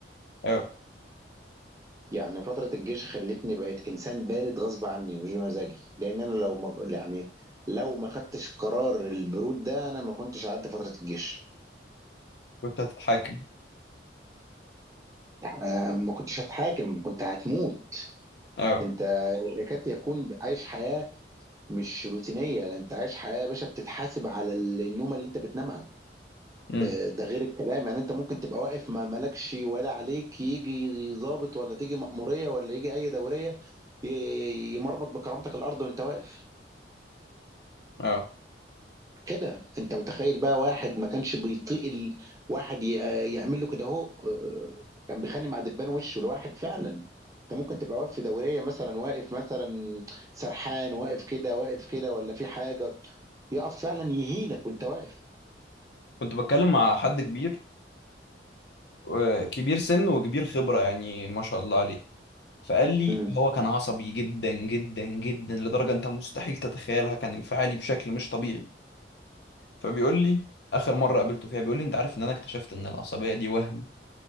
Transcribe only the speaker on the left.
اه
كنت هتتحاكم
اه
امم
اه
كنت بتكلم مع حد كبير و- كبير سن وكبير خبرة يعني ما شاء الله عليه فقال لي
هو كان عصبي جدا جدا جدا لدرجة انت مستحيل تتخيلها كان انفعالي بشكل مش طبيعي فبيقول لي اخر مرة قابلته فيها بيقول لي انت عارف ان انا اكتشفت ان العصبية دي وهم